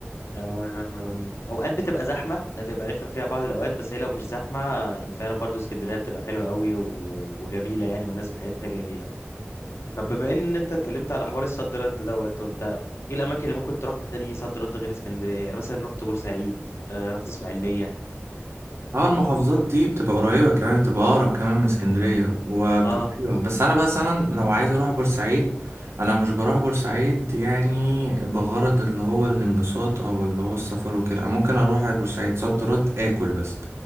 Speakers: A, on the left; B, on the right.
A: أم، أوقات بتبقى زحمة ده بيبقى رخم فيها بعض الأوقات بس هي لو مش زحمة يعني فعلا برضو اسكندرية بتبقى حلوة قوي و- وجميلة يعني والناس بتاعتها جميلة طب بما إن أنت اتكلمت على حوار الصد رد دوت وأنت إيه الأماكن اللي ممكن تروحها تاني صد رد غير اسكندرية يعني مثلا رحت بورسعيد آه، رحت إسماعيلية
B: اه المحافظات دي بتبقى قريبة كمان بتبقى أقرب كمان من اسكندرية وبتبقى
A: أه
B: حلوة بس أنا مثلا لو عايز أروح بورسعيد أنا مش بروح بورسعيد يعني بغرض اللي هو الانبساط أو اللي هو السفر وكده أنا ممكن أروح على بورسعيد صد رد آكل بس